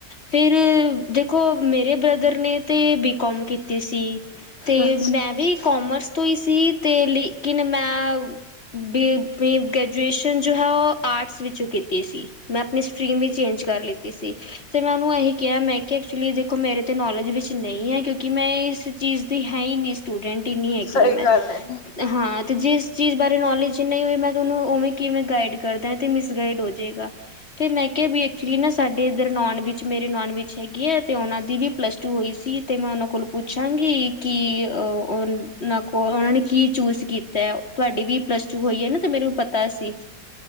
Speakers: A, on the left; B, on the left.
A: ਫਿਰ ਦੇਖੋ ਮੇਰੇ ਬ੍ਰਦਰ ਨੇ ਤੇ ਬੀ ਕੋਮ ਕੀਤੀ ਸੀ। ਤੇ
B: ਅੱਛਾ
A: ਮੈਂ ਵੀ ਕੋਮਰਸ ਤੋਂ ਹੀ ਸੀ ਤੇ ਲੇਕਿਨ ਮੈਂ ਵੀ ਗ੍ਰੈਜੂਏਸ਼ਨ ਜੋ ਹੈ ਓ ਆਰਟਸ ਵਿੱਚੋਂ ਕੀਤੀ ਸੀ ਮੈਂ ਆਪਨੀ ਸਟਰੀਮ ਵੀ ਚੇਂਜ ਕਰ ਲਿੱਤੀ ਸੀ। ਤੇ ਮੈਂ ਉਹਨੂੰ ਏਹੀ ਕਿਆ ਮੈਂ ਕਿ ਐਕਚੁਲੀ ਦੇਖੋ ਮੇਰੇ ਤੇ ਨੌਲੇਜ ਵਿੱਚ ਨਈ ਐ ਕਿਉਂਕਿ ਮੈਂ ਇਸ ਚੀਜ਼ ਦੀ ਹੈ ਈ ਨਈ। ਸਟੂਡੈਂਟ ਈ ਨੀਂ ਹੈਗੀ
B: ਸਹੀ
A: ਮੈਂ
B: ਗੱਲ ਏ।
A: ਹਾਂ ਤੇ ਜਿਸ ਚੀਜ਼ ਬਾਰੇ ਨੌਲੇਜ ਈ ਨੀ ਹੋਈ ਮੈਂ ਤੁਆਨੂੰ ਉਵੇਂ ਕਿਵੇਂ ਗਾਈਡ ਕਰਦਾ ਐ ਤੇ ਮਿਸਗਾਈਡ ਹੋ ਜ ਗਾ ਤੇ ਮੈਂ ਕਿਆ ਵੀ ਐਕਚੁਲੀ ਨਾ ਸਾਡੇ ਇੱਧਰ ਨੋਨ ਵਿਚ ਮੇਰੇ ਨੋਨ ਵਿਚ ਹੈਗੀ ਐ ਤੇ ਓਨਾਂ ਦੀ ਵੀ ਪਲੱਸ ਟੂ ਹੋਈ ਸੀ ਤੇ ਮੈਂ ਓਨਾਂ ਕੋਲ ਪੁੱਛਾਂਗੀ ਕੀ ਉਹਨਾਂ ਕੋਲ ਓਨਾਂ ਨੇ ਕੀ ਚੂਜ਼ ਕੀਤੈ ਤੁਆਡੀ ਵੀ ਪਲੱਸ ਟੂ ਹੋਈ ਏ ਨਾ ਤੇ ਮੈਨੂੰ ਪਤਾ ਸੀ,